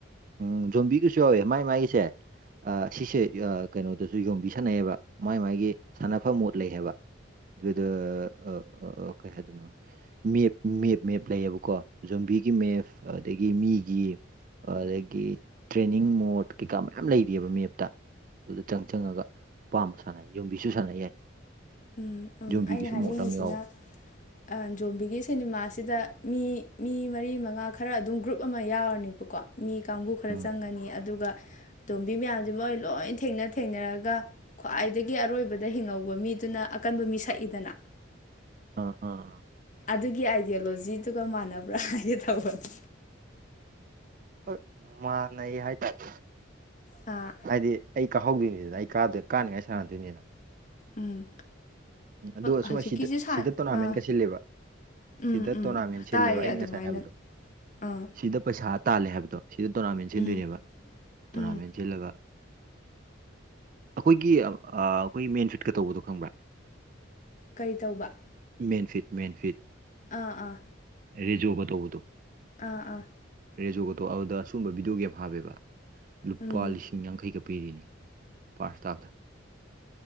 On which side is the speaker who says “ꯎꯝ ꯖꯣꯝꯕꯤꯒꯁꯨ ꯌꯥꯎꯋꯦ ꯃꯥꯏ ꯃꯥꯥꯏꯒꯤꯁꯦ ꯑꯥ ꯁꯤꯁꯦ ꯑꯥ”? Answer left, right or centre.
Right